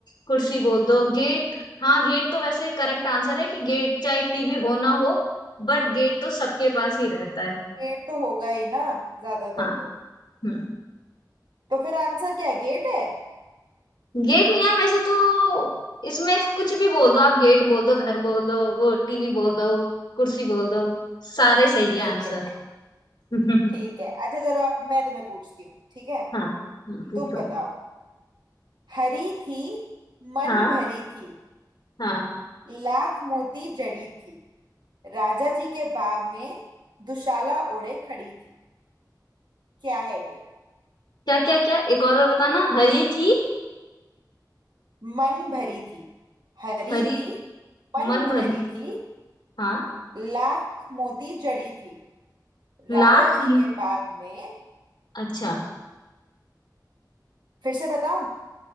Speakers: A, on the left; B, on the right.
A: कुर्सी बोल दो गेट हाँ गेट तो वैसे करेक्ट आंसर है कि गेट चाहे टीवी हो ना हो बट गेट तो सबके पास ही रहता है
B: गेट तो होगा ही ना ज्यादातर
A: हाँ
B: तो
A: हम्म
B: तो फिर आंसर क्या है गेट है
A: गेट नहीं है वैसे तो इसमें कुछ भी बोल दो आप गेट बोल दो घर बोल दो वो टीवी बोल दो कुर्सी बोल दो सारे सही है
B: ठीक
A: आंसर
B: है
A: <laughs> हाँ
B: ठीक है अच्छा चलो अब मैं तुम्हें पूछती हूँ ठीक है
A: हाँ, पूछो
B: तुम बताओ हरी थी मन
A: हाँ
B: भरी थी
A: हाँ
B: लाख मोती जड़ी थी राजा जी के बाग में दुशाला ओढ़े खड़ी थी क्या है ये
A: क्या क्या क्या एक और बार बताना हरी थी
B: मन भरी थी हरी
A: हरी
B: थी मन
A: मन भरी
B: भरी
A: थी
B: थी
A: हाँ
B: लाख मोती जड़ी थी राजा
A: लाख
B: जी
A: मो-
B: के बाग में
A: अच्छा
B: फिर से बताऊं